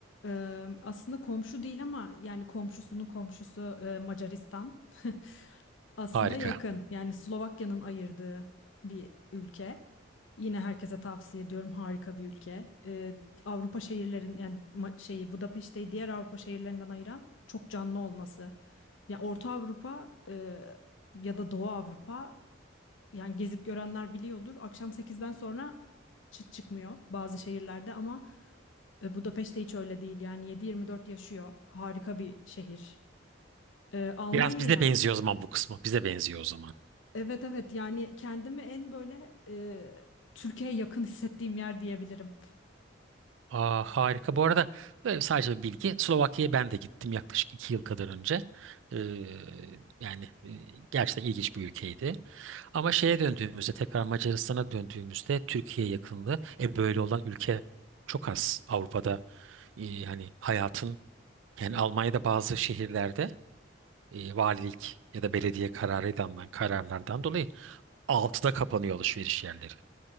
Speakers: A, on the left (about 75°); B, on the right (about 75°).
A: Ee, aslında komşu değil ama yani komşusunun komşusu e, Macaristan. <laughs> Aslında
B: Harika.
A: yakın. Yani Slovakya'nın ayırdığı bir ülke. Yine herkese tavsiye ediyorum. Harika bir ülke. Ee, Avrupa şehirlerin yani Ma- şeyi Budapeşte'yi diğer Avrupa şehirlerinden ayıran çok canlı olması. Ya Orta Avrupa e, ya da Doğu Avrupa yani gezip görenler biliyordur. Akşam sekizden sonra çıt çıkmıyor bazı şehirlerde ama e, Budapeşte hiç öyle değil. Yani 7-24 yaşıyor. Harika bir şehir. E, Almanya'ya
B: Biraz bize benziyor o zaman bu kısmı. Bize benziyor o zaman.
A: evet evet yani kendimi en böyle e, Türkiye'ye yakın hissettiğim yer diyebilirim.
B: Aa, harika. Bu arada böyle sadece bir bilgi. Slovakya'ya ben de gittim yaklaşık iki yıl kadar önce. Ee, yani e, gerçekten ilginç bir ülkeydi. Ama şeye döndüğümüzde tekrar Macaristan'a döndüğümüzde Türkiye yakınlığı. E, böyle olan ülke çok az Avrupa'da. E, hani hayatın yani Almanya'da bazı şehirlerde e, valilik ya da belediye kararıyla alınan kararlardan dolayı altıda kapanıyor alışveriş yerleri.